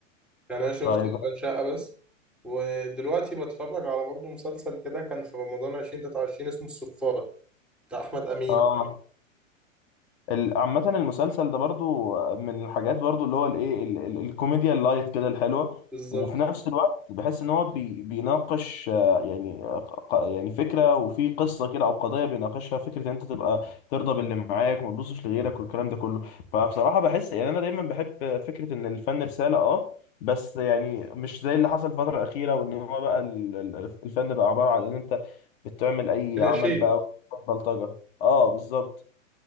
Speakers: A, in the centre; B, on the left.
A: يعني انا شفت
B: طيب
A: اشغال شقه بس ودلوقتي بتفرج على برضه مسلسل كده كان في رمضان 2023 اسمه الصفاره بتاع احمد امين
B: اه ال- عامة المسلسل ده برضو من الحاجات برضو اللي هو الايه ال- ال- الكوميديا اللايت كده الحلوة
A: بالظبط
B: وفي نفس الوقت بحس ان هو بي بيناقش آه، يعني آه، ق- يعني فكرة وفي قصة كده او قضية بيناقشها فكرة ان انت تبقى ترضى باللي معاك وما تبصش لغيرك والكلام ده كله فبصراحة بحس يعني انا دايما بحب فكرة ان الفن رسالة اه بس يعني مش زي اللي حصل الفترة الأخيرة وإن هو بقى ال- ال- الفن بقى عبارة عن إن أنت بتعمل أي
A: كلاشيه
B: عمل بقى بلطجة اه بالظبط